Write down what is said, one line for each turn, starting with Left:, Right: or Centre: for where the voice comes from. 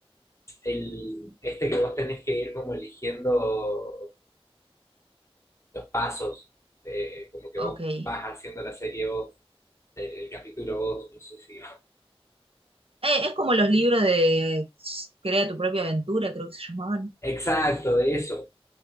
Left: el, este que vos tenés que ir como eligiendo los pasos, eh,
Right: <laughs>
Left: como que
Right: juego.
Left: vos
Right: Ok. Eh,
Left: vas haciendo la serie vos, el, el capítulo vos, no sé si...
Right: es como los libros de Crea tu propia aventura, creo que se llamaban.
Left: Exacto, de eso,